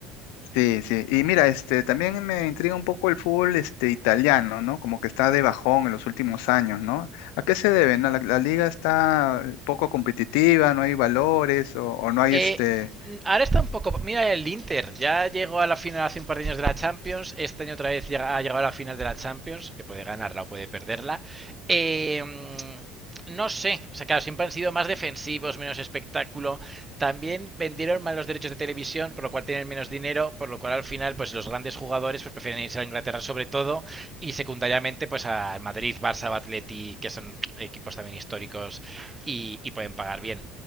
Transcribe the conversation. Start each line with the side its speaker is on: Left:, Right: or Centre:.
Left: Sí, sí. Y mira, este, también me intriga un poco el fútbol, este, italiano, ¿no? Como que está de bajón en los últimos años, ¿no? ¿A qué se debe? no? La, la liga está eh, poco competitiva, no hay valores o, o no hay
Right: Eh,
Left: este.
Right: ahora está un poco. Mira el Inter, ya llegó a la final hace un par de años de la Champions. Este año otra vez llega- ha llegado a la final de la Champions, que puede ganarla o puede perderla. Eh, no sé, o sea, claro, siempre han sido más defensivos, menos espectáculo. También vendieron mal los derechos de televisión, por lo cual tienen menos dinero, por lo cual al final, pues los grandes jugadores pues, prefieren irse a Inglaterra sobre todo y secundariamente pues al Madrid, Barça, Atleti, que son equipos también históricos y, y, pueden pagar bien.